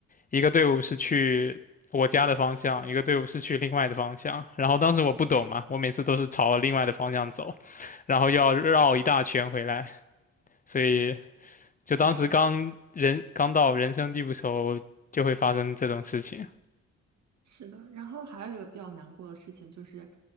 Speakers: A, on the left; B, on the right.
A: 一个队伍是去我家的方向，一个队伍是去另外的方向。然后当时我不懂嘛，我每次都是朝另外的方向走，然后要绕一大圈回来，所以就当时刚人刚到人生地不熟，
B: 哎，
A: 就会发生这种事情。
B: 是的。然后还有一个比较难过的事情就是，